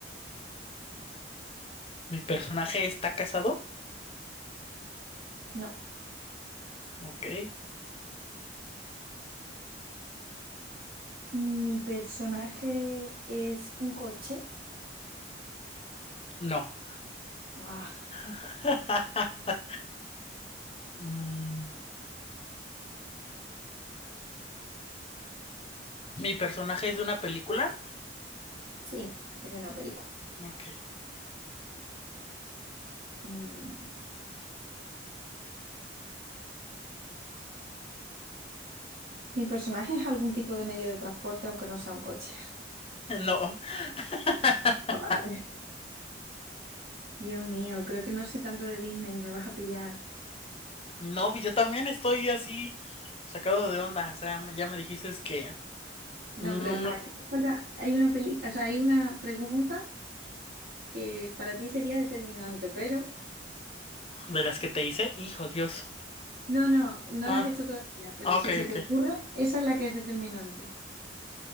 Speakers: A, on the left (about 30°); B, on the right (about 60°).
A: mi personaje está casado.
B: No.
A: Ok.
B: Mi personaje es un coche.
A: No.
B: Ah,
A: <laughs> Mm, ¿Mi personaje es de una película?
B: sí, es de una película.
A: Ok.
B: Mm, Mi personaje es algún tipo de medio de transporte, aunque no sea un coche.
A: No. <laughs>
B: Vale. Dios mío, creo que no sé tanto de Disney, me vas a pillar.
A: No, yo también estoy así sacado de onda. O sea, ya me dijiste es que
B: No,
A: mm,
B: pero a ti te falta- hay una peli- o sea, hay una pregunta que para ti sería determinante, pero
A: de las que te hice, hijo Dios.
B: no, no, no
A: Ah,
B: la has hecho todavía, pero
A: ah,
B: si
A: ok,
B: se
A: ok.
B: te ocurre, esa es la que es determinante.